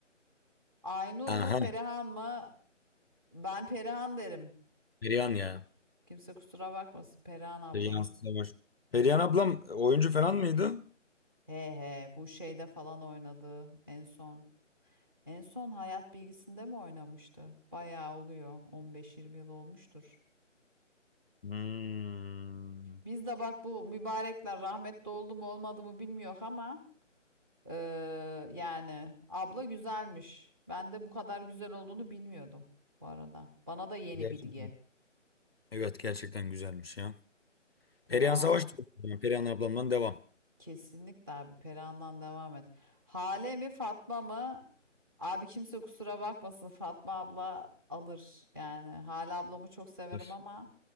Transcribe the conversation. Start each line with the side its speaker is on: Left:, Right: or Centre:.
Right: Aynur
Left: Aha.
Right: mu Perihan mı? Ben Perihan derim.
Left: Perihan ya.
Right: Kimse kusura bakmasın Perihan ablamız.
Left: Perihan Savaş. Perihan ablam oyuncu falan mıydı?
Right: He he bu şeyde falan oynadı en son. En son hayat bilgisinde mi oynamıştı? Bayağı oluyor. 15-20 yıl olmuştur.
Left: Hmm.
Right: Biz de bak bu mübarekler rahmetli oldu mu olmadı mı bilmiyor ama eee, yani abla güzelmiş. Ben de bu kadar güzel olduğunu bilmiyordum bu arada. Bana da yeni
Left: Gerçekten.
Right: bilgi.
Left: Evet gerçekten güzelmiş ya.
Right: Perihan
Left: Perihan Savaş
Right: abla.
Left: diyorum. Perihan ablamdan devam.
Right: Kesinlikle abi Perihan'dan devam et. Hale mi Fatma mı? Abi kimse kusura bakmasın Fatma abla alır. Yani Hale ablamı çok severim
Left: Dur.
Right: ama